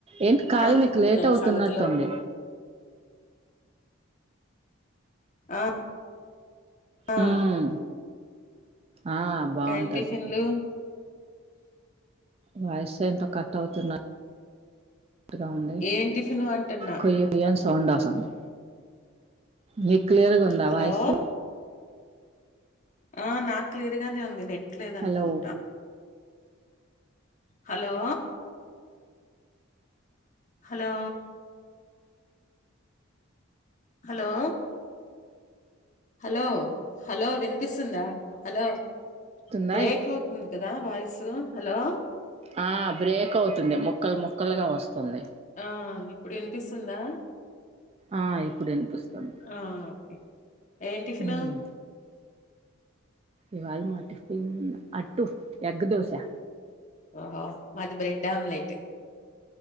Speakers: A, on the right (about 30°); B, on the left (about 35°).
A: ఏంటి
B: ఇంకా
A: కాల్ నీకు
B: ఇంకేం
A: లేట్ అవుతున్నట్టుంది.
B: సంగతులు ఆ ఆ
A: హ్మ్. ఆ బాగుంటది
B: ఇంకేం టిఫిన్లు
A: వాయిస్ ఏంటో కట్ అవుతున్నా కరెక్ట్ గా ఉంది
B: ఏం టిఫిన్ అంటున్నా
A: కోయ్ అని సౌండ్ వస్తుంది మీకు క్లియర్గా ఉందా
B: హలో
A: వాయిసు
B: ఆ నాకు క్లియర్ గానే ఉంది నెట్ లేదనుకుంటా
A: హలో
B: hello hello hello hello hello వినిపిస్తుందా హలో
A: స్తుందా
B: బ్రేక్ అవుతుంది కదా వాయిస్ హలో
A: ఆ బ్రేక్ అవుతుంది ముక్కలు ముక్కలుగా వస్తుంది
B: ఆ ఇప్పుడు వినిపిస్తుందా
A: ఆ ఇప్పుడు వినిపిస్తుంది
B: ఆ ఓకే ఏం టిఫిన్
A: ఉమ్ ఇవాళ మా టిఫిన్ అట్టు ఎగ్ దోసా
B: ఓహో మాది బ్రెడ్ ఆమ్లెట్